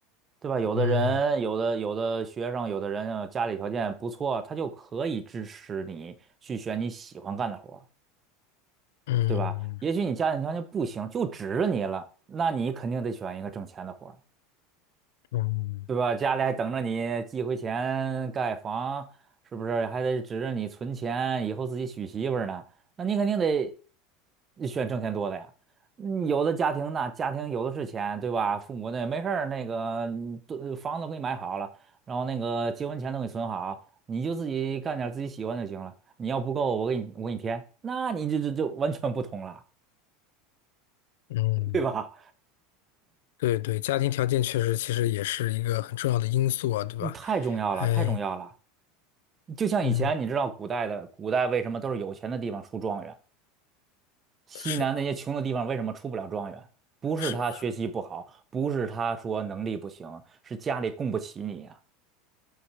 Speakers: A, on the right; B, on the left.
A: 对吧？有的人，
B: 嗯
A: 有的有的学生，有的人呃家里条件不错，他就可以支持你去选你喜欢干的活儿，
B: 嗯
A: 对吧？也许你家庭条件不行，就指着你了，那你肯定得选一个挣钱的活儿。
B: 嗯
A: 对吧？家里还等着你寄回钱盖房，是不是？还得指着你存钱，以后自己娶媳妇儿呢。那你肯定得选挣钱多的呀。嗯有的家庭那家庭有的是钱，对吧？父母那没事儿，那个嗯都房子都给你买好了，然后那个结婚钱都给你存好，你就自己干点自己喜欢就行了。你要不够，我给你我给你添，那你这这就完全不同了，
B: 嗯。
A: 对吧？
B: 对对，家庭条件确实其实也是一个很重要的因素啊，对吧？
A: 嗯太重要了，
B: 哎，
A: 太重要了。就像以前，
B: 嗯，
A: 你知道古代的古代为什么都是有钱的地方出状元？西南那些穷的地方为什么出不了状元？
B: 是
A: 不是他学习不好，
B: 是，
A: 不是他说能力不行，是家里供不起你呀、